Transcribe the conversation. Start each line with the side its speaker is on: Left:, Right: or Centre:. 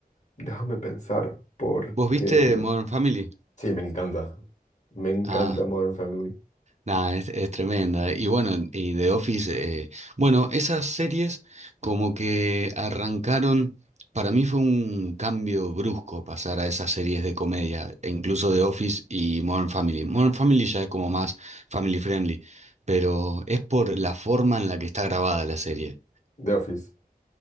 Left: déjame pensar, porque...
Right: ¿Vos viste Modern Family?
Left: Sí, me encanta. Me encanta
Right: Ah.
Left: Modern Family.
Right: Nah, es, es tremenda. Y bueno, y The Office, eh, bueno, esas series como que arrancaron, para mí fue un cambio brusco pasar a esas series de comedia, e incluso The Office y Modern Family. Modern Family ya es como más family friendly, pero es por la forma en la que está grabada la serie
Left: The Office.